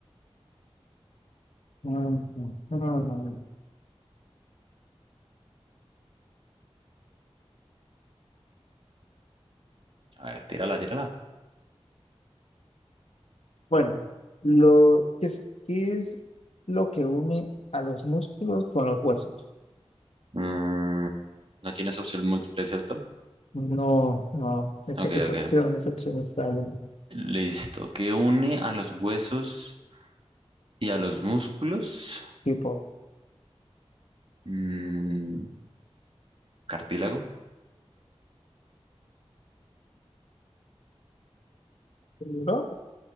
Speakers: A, on the left (about 80°); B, on the right (about 60°).
A: Mm, mm, mm.
B: A ver, tírala, tírala.
A: Bueno, lo que es, ¿qué es lo que une a los músculos con los huesos?
B: Mm, no tienes opción múltiple, ¿cierto?
A: No, no, esta,
B: Ok,
A: esta
B: ok.
A: opción, esta opción está en
B: Listo. ¿Qué une a los huesos y a los músculos?
A: tipo,
B: Mm, cartílago.
A: ¿no?